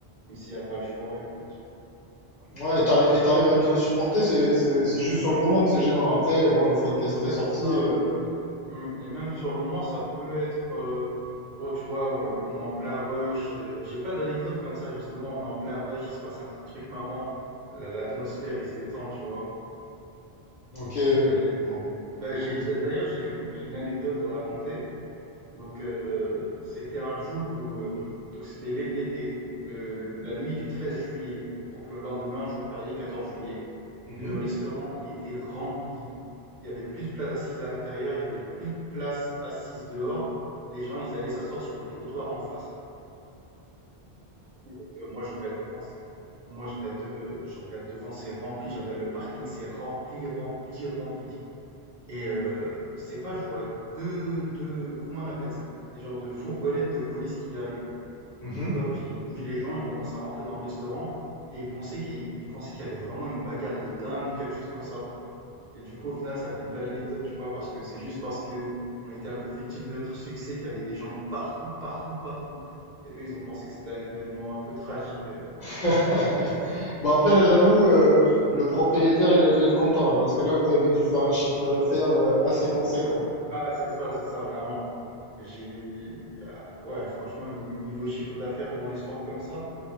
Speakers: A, on the right; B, on the left.
A: Même s'il n'y a pas le choix, écoute.
B: Ouais, et t'arri- et t'arrives à bien le supporter, c'est c'est- c'est juste sur le moment que c'est gênant. Après, bon, une fois que t'es t'es
A: Ouais,
B: sorti,
A: c'est ça.
B: euh,
A: Et, mm, et même sur le moment, ça peut être. euh, bon, tu vois, euh, on est en plein rush. euh, J'ai plein d'anecdotes comme ça, justement. On est en plein rush, il se passe un petit truc marrant. la- L'atmosphère, il se détend, tu vois.
B: ok, euh,
A: Il y a- il y a-
B: bon,
A: Bah,
B: c'est
A: j'ai-
B: cool.
A: d'ailleurs, j'ai <laughs> j'ai une anecdote à te raconter. Donc euh, c'était un jour où euh, donc c'était l'é- l'été, le, la nuit du 13 juillet. Donc le lendemain, jour férié, 14 juillet.
B: Mhm,
A: Le restaurant, il était rempli. Il y avait plus de place assise à l'intérieur, il y avait plus de place assise dehors. Les gens, ils allaient s'asseoir sur le trottoir en face. Et donc, euh, moi, je regarde devant, moi, je regarde, de- euh, je regarde devant, c'est rempli. Je regarde le parking, c'est rempli, rempli, rempli. Et euh, c'est pas, je vois deux, deux, comment on appelle ça? Des genres de fourgonnettes de police qui arrivent.
B: mhm.
A: Donc hop, il bouge les gens, il commence à rentrer dans le restaurant et il pensait qu'il il pensait qu'il y avait vraiment une bagarre de dingue, quelque chose comme ça. Et du coup, au final, ça fait une belle anecdote, tu vois, parce que c'est juste parce que on était un peu victime de notre succès qu'il y avait des gens partout, partout, partout. Et eux, ils ont pensé que c'était un événement un peu tragique.
B: <laughs> Bon, après, là, j'avoue, euh, le propriétaire, il a dû être content, là, parce que là, vous avez dû faire un chiffre d'affaires euh, assez conséquent.
A: Ah, c'est ça, c'est ça, vraiment. J'ai, ah, ouais, franchement, ni- niveau chiffre d'affaires dans les soirs comme ça,